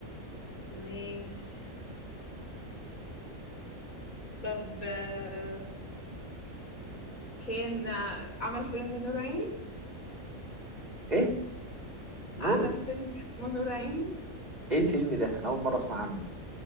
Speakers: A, on the left; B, on the right.
A: ماشي طب آه، كان آه، عمل فيلم نور عيني
B: ايه نور
A: عمل فيلم اسمه نور عيني
B: ايه الفيلم ده انا اول مره اسمع عنه